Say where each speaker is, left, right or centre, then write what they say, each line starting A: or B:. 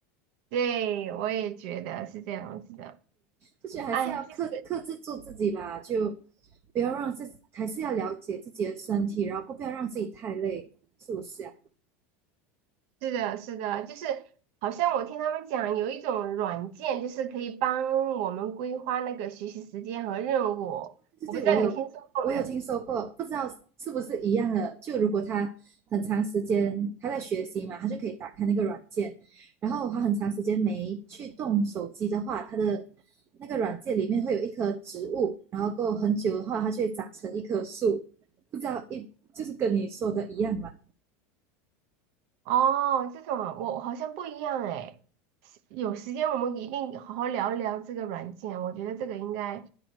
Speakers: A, on the right; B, on the right.
A: 对，我也觉得是这样子的。
B: 就觉得还是要克克制住自己吧，
A: 哎，其实
B: 就不要让自己还是要了解自己的身体，然后不不要让自己太累，是不是啊？
A: 是的，是的，就是好像我听他们讲有一种软件，就是可以帮我们规划那个学习时间和任务。
B: 对对对，
A: 我不知道你听说过没有？
B: 我有我有听说过，不知道是不是一样的。就如果他很长时间他在学习嘛，他就可以打开那个软件，然后他很长时间没去动手机的话，他的那个软件里面会有一棵植物，然后过很久的话，它就会长成一棵树。不知道一就是跟你说的一样嘛，
A: 哦，这种啊我好像不一样哎。是有时间我们一定好好聊一聊这个软件，我觉得这个应该